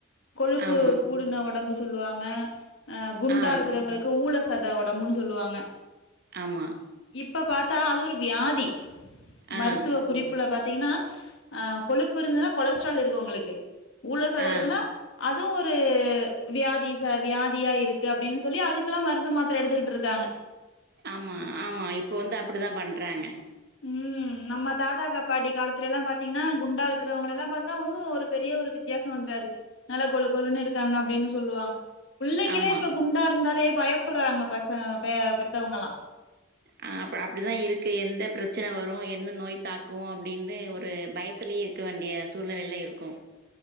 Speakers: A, on the left; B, on the right.
A: கொழுப்பு
B: ஆமா
A: கூடுன ஒடம்பு சொல்லுவாங்க அ குண்டா
B: ஆ
A: இருக்குறவங்களுக் கு ஊழ சத ஒடம்புனு சொல்லுவாங்க
B: ஆமா
A: இப்ப பாத்தா அது ஒரு வியாதி
B: ஆ
A: மருத்துவ குறிப் புல பாத்தீங்கனா ஆ கொழுப்பு இருந்துதுனா கொலஸ்ட்ரால் இருக்கு உங்களுக்கு ஊழ சத
B: ஆ
A: இருக்குனா அது ஒரு வியாதி ச வியாதியா இருக்கு அப்டின்னு சொல்லி அதுக்குல்லா மருந்து மாத்தர எடுத்துக்கிட்ருக்காங்க
B: ஆமா ஆமா இப்போ வந்து அப்டி தா பண்றாங்க
A: ம் நம்ம தாத்தா கா பாட்டி காலத்துலெல்லா பாத்தீங்கன்னா குண்டா இருக்குறவங்கலெல்லா பாத்தா ஒன்னு ஒரு பெரிய ஒரு வித்தியாசோ வந்துராது நல்லா கொலு கொலுன்னு இருக்காங்க அப்டின்னு சொல்லுவாங்க புள்ளைங்களே
B: ஆமா
A: இப்ப குண்டா இருந்தாலே பயப்புட்றாங்க பச பே பெத்தவங்களா
B: அ அப்ப அப்டிதா இருக்கு எந்த பிரெச்சன வரு என்ன நோய் தாக்கு அப்டின்னு ஒரு பயத் த்துலே இருக்க வேண்டிய சூழ்நெலைல இருக்கோ